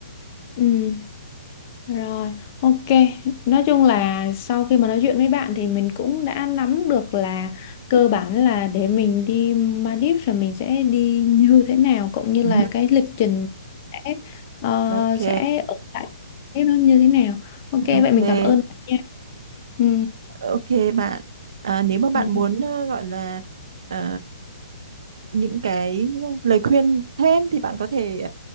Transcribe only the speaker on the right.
Ừ,
Ok,
ok.
Ok bạn, à, nếu mà bạn
muốn
ờ, gọi là ờ, những cái lời khuyên thêm thì bạn có thể